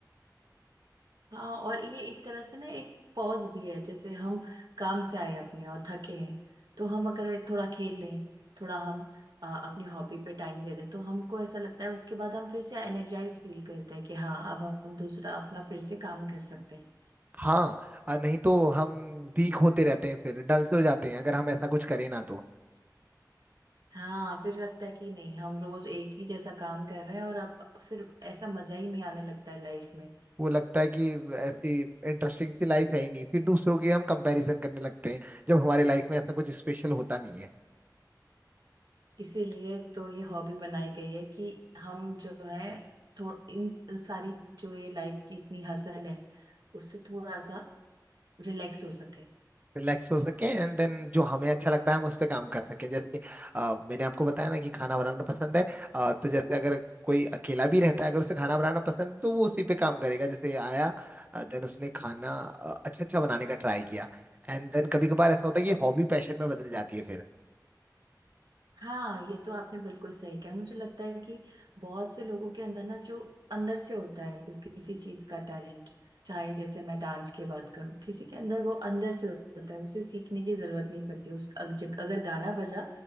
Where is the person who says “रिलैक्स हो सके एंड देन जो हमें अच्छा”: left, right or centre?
Right